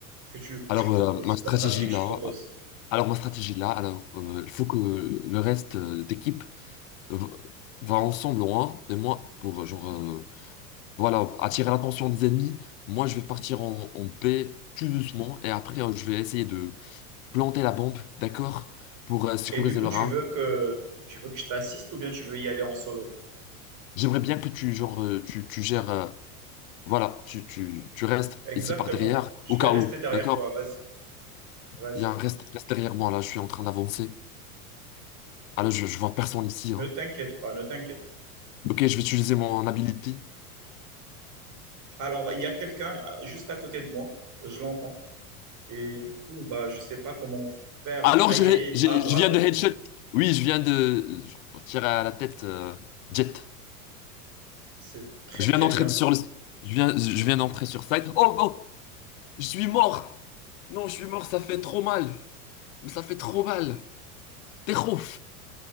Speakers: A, on the right; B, on the left.
A: que tu, que
B: Alors,
A: tu proposes,
B: euh, ma stratégie
A: la stratégie que
B: là.
A: tu proposes?
B: Alors, ma stratégie là, alors, euh, il faut que le reste euh, d'équipe v- va ensemble loin, et moi, pour euh, genre, euh, voilà, attirer l'attention des ennemis, moi je vais partir en, en paix tout doucement, et après euh, je vais essayer de planter la bombe, d'accord, pour euh, sécuriser
A: Et du coup,
B: leur
A: tu
B: arme.
A: veux que, tu veux que je t'assiste ou bien tu veux y aller en solo?
B: J'aimerais bien que tu, genre, euh, tu, tu gères, euh, voilà, tu, tu, tu restes
A: Exactement.
B: ici par derrière,
A: Je
B: au
A: vais
B: cas
A: rester
B: où,
A: derrière
B: d'accord?
A: toi. Vas-y, vas-y.
B: Il y a un reste, reste derrière moi, là, je suis en train d'avancer. Ah là, je, je vois personne ici.
A: Ne
B: hein.
A: t'inquiète pas, ne t'inquiète.
B: Ok, je vais utiliser mon ability
A: Alors, il y a quelqu'un euh, juste à côté de moi, je l'entends, et du coup, bah, je ne sais pas comment faire.
B: Alors,
A: Aïe,
B: je,
A: aïe, aïe.
B: je-
A: ah, bravo,
B: je viens de headshot. Oui, je viens de je tirer à la tête euh, Jet.
A: c'est très,
B: Je
A: très
B: viens d'entrer
A: bien.
B: sur
A: C'est-
B: le. Je viens, je viens d'entrer sur site. Oh, oh, je suis mort. Non, je suis mort. Ça fait trop mal. Mais ça fait trop mal. Tejo,